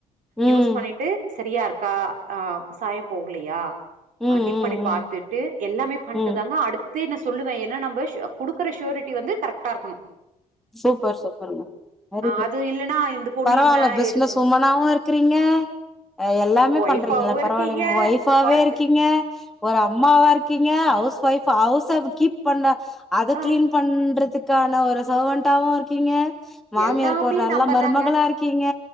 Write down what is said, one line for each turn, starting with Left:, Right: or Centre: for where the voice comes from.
Centre: ம்
Right: யூஸ் பண்ணிட்டு சரியாக இருக்கா ஆ சாயோ போகலையா
Centre: ம் ம்
Right: அ டிப் பண்ணி
Centre: ம்
Right: பாத்துட்டு எல்லாமே பண்ட்டுதாங்க
Centre: ம்
Right: அடுத் து நா சொல்லுவே ஏன்னா நம்ம குடுக்கற ஷூரிட்டி வந்து கரெக்டாருக்கணு
Centre: சூப்பர் சூப்பருங்க வெரிகுட்
Right: அது இல்லன்னா இந்த பொண்ணு
Centre: பரவால்ல
Right: என்ன
Centre: பிசினஸு
Right: எடு
Centre: உம்னாவு இருக்குறீங்க எல்லாம் மே
Right: ஒய்ஃபாவு
Centre: பண்றீங்கள
Right: இருக்கீங்க
Centre: பரவால்லைங்களே ஒய்ஃபாவே
Right: கொழ
Centre: இருக்கீங்க ஒரு அம்மா இருக்கீங்க ஹவுஸ் ஒய்ஃப் ஹவுஸ் கீப் பண்ணா அத
Right: ஆ
Centre: கிளீன் பண்றதுக்கான ஒரு சர்வன்டாவு இருக்கீங்க மாமியாருக்கு
Right: எல்லாமே
Centre: ஒரு நல்லா
Right: நம்பதாங்க
Centre: மருமகளா இருக்கீங்க